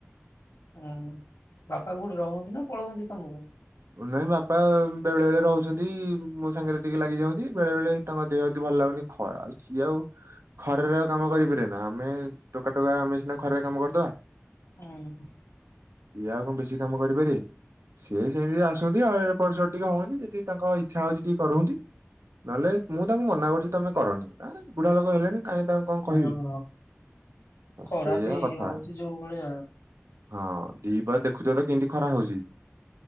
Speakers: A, on the left; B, on the right.
A: ହୁଁ ବାପା କୋଉଠି ରୋହନ୍ତି ନା ପଳୁଅନ୍ତି କାମ କୁ।
B: ନାଇଁ ବାପା ବେଳେ ବେଳେ ରହୁଛନ୍ତି ମୋ ସାଙ୍ଗରେ ଟିକେ ଲାଗି ଯାଅନ୍ତି, ବେଳେ ବେଳେ ତାଙ୍କ ଦେହଟି ଭଲଲାଗୁନି ଖ ଆଉ ସିଏ ଆଉ ଖରାରେ ଆଉ କାମ କରିପାରିବେନା ଆମେ ଟୋକା ଟୋକା ଆମେ ସିନା ଖରାରେ କାମ କରିଦବା।
A: ହୁଁ
B: ସିଏ ଆଉ କଣ ବେଶି କାମ କରିପାରିବେ ସିଏ ଡେରିରେ ଆସନ୍ତି ଆ ଏପଟ ସେପଟ ଟିକେ ହୁଅନ୍ତି ଯେତିକି ତାଙ୍କ ଇଚ୍ଛା ହଉଛି ଟିକେ କରନ୍ତି। ନହେଲେ ମୁଁ ତାଙ୍କୁ ମନା କରୁଛି ତମେ କରନି, ଆରେ ବୁଢ଼ା ଲୋକ ହେଲେଣି କାଇଁ ତା କଣ
A: ହଁ
B: କହିବି
A: ଖରା
B: ସେଇଆ
A: ବି
B: କଥା
A: ହଉଛି ଯୋଉ ଭଳିଆ
B: ହଁ ଦିପହରେ ଦେଖୁଛ ତ କେମିତି ଖରା ହଉଛି।